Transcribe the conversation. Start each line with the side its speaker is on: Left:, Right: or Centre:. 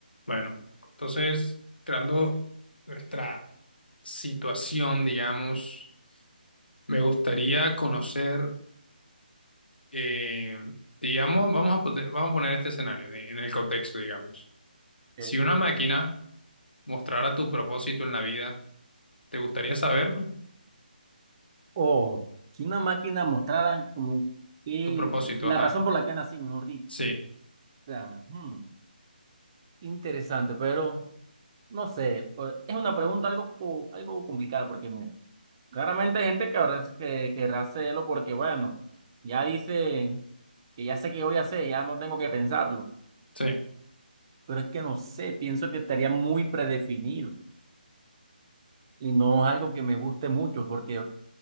Left: Bueno, entonces, creando nuestra situación, digamos, me gustaría conocer, eh, digamos, vamos a, pote- vamos a poner este escenario de- en el contexto, digamos. Si
Right: Ok.
Left: una máquina mostrara tu propósito en la vida, ¿te gustaría saberlo?
Right: O si una máquina mostrara como que
Left: Tu propósito,
Right: la
Left: ajá.
Right: razón por la que nací, mejor dicho.
Left: Sí,
Right: O sea, hmm, interesante, pero no sé, pues, es una pregunta algo, co- algo complicada porque mira, claramente hay gente que habrá que querrá hacerlo porque bueno, ya dice que ya sé qué voy a hacer, ya no tengo que pensarlo,
Left: sí.
Right: pero es que no sé, pienso que estaría muy predefinido y no es algo que me guste mucho porque